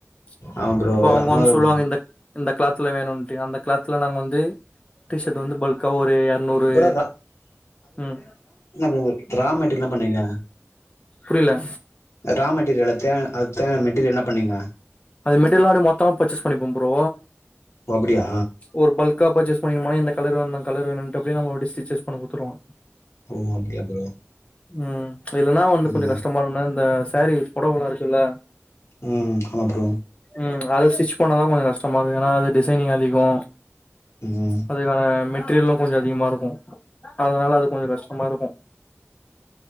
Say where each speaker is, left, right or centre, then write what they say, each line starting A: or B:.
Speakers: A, on the left; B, on the left.
A: ச்
B: ஆமா ப்ரோ
A: இப்ப அவுங்க
B: அப்புறம்
A: வந்து சொல்லுவாங்க இந்த இந்த க்ளாத்துல வேணுன்ட்டு அந்த க்ளாத்துல நாங்க வந்து டிஷர்ட் வந்து பல்க்கா ஒரு எறனூறு
B: ப்ரோ
A: ம்
B: <unintelligible> த்ரா மெட்டீரியல்லா பண்ணேங்க
A: புரில
B: ரா மெட்டீரியல் எல்லாதே அத் தே மெட்டீரியல் என்ன பண்ணீங்க
A: அது மெட்டிரியளோட மொத்தமா பர்சஸ் பண்ணிப்பே ப்ரோ
B: ஓ அப்படியா
A: ஒரு பல் கா பர்ச்சேஸ் பண்ணிணுபோனா எந்த கலரோ அந்த கலர் வேணுண்டு அப்டியே நம்ம ஒரு டி ஸ்டிச்சஸ் பண்ண குடுத்துருவோ
B: ஓ அப்டியா ப்ரோ
A: ம் ச் இல்லனா வந்து
B: ம்
A: கொஞ்ச கஷ்டமறுனா இந்த சேரீ புடவலா இருக்குல்ல
B: ம் ஆமா ப்ரோ
A: ம் அது ஸ்டிச் பண்ணதா கொஞ்ச கஷ்டமா இருக்கு ஏனா அது டிசைனிங் அதிகோ
B: ம்
A: அதுக்கான மெட்டிரியலு கொஞ்ச அதிகமா இருக்கு அதனால அது கொஞ்ச கஷ்டமா இருக்கு